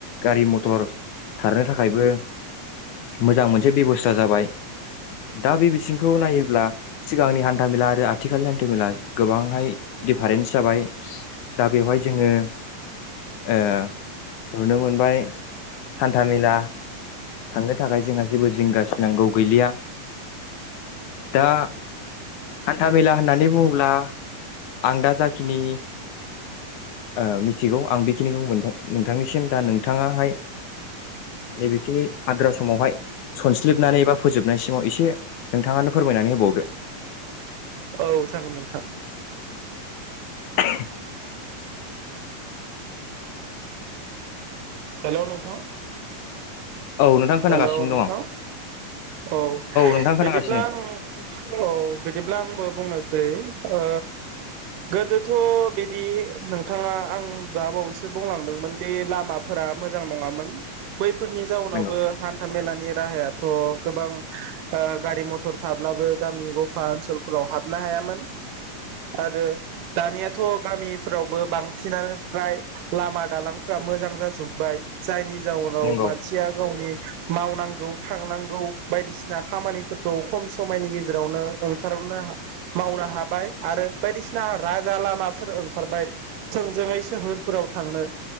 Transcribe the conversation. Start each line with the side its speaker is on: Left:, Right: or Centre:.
Left: गारि मथर खारनो थाखायबो मोजां मोनसे बेबस्था जाबाय। दा बे बिथिंखौ नायोब्ला सिगांनि हान्थामेला आरो आथिखालनि हान्थामेला गोबांहाय दिफारेन्स जाबाय। दा बेवहाय जोङो ओ नुनो मोन बाय हान्थाामेला थांनो थाखाय जोंहा जेबो जिंगासिनांगौ गैलिया। दा हान्था
Right: औ
Left: मेला
Right: औ
Left: होननानै बुङोब्ला आं दा जाखिनि ओ मिथिगौ आं बेखिनिखौ मोनथां नोंथांनिसिम दा नोंथाङाहाय नैबेखिनि आद्रा समावहाय सनस्लिबनानै बा फोजोबनायसिमाव एसे नोंथाङानो फोरमायनानै होबावदो।
Right: औ जागोन नोंथां।
Left: <inaudible>
Right: हेलौ नोंथां।
Left: औ नोंथां खोनागासिनो
Right: हेलौ नोंथां
Left: दं आं
Right: औ
Left: नोंथां खोनागासिनो
Right: बिदिब्ला आं औ बिदिब्ला आंबो बुंनो सै ओ गोदोथ' बिदि नोंथाङा आं दा बावैसो बुंलांदोंमोन दि लामा फोरा मोजां नङामोन बै फोरनि जाउनाव
Left: नंगौ
Right: हान्था मेला नि राहाया थ' गोबां ओ गारि मथर थाब्लाबो गामि गफा ओनसोलफोराव हाबनो हायामोन आरो दानियाथ'गामिफ्रावबो बांसिनानो फ्राय लामा दालांफ्रा मोजां जा जुबबाइ जायनि जाउनाव
Left: नंगौ
Right: मानसिया गावनि मावनांगौ थांनांगौ बायदिसिना खामानिफोरखौ खम समायनि गेजेरावनो ओंखारनो मावनो हाबाय आरो बायदिसिना राजा लामाफोर ओंखारबाय थोंजोङै सोहोरफोराव थांनो